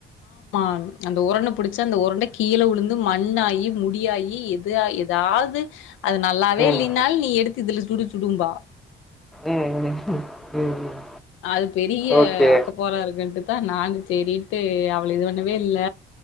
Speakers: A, on the left (about 80°); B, in the centre.
A: அம் அந்த உரண்ட புடிச்சி அந்த உரண்ட கீழ உழுந்து மண்ணாயி முடியாயி இது ஆய் எதாவ்து அது நல்லாவே
B: ம்.
A: இல்லீனாலு நீ எடுத் இதுல சுடு சுடும்பா.
B: ம், ம், ம், ம்.
A: அது பெரிய
B: ஓகே.
A: அக்கப்போரா இருக்குன்ட்டு தா நானு சேரின்ட்டு அவள இது பண்ணவே இல்ல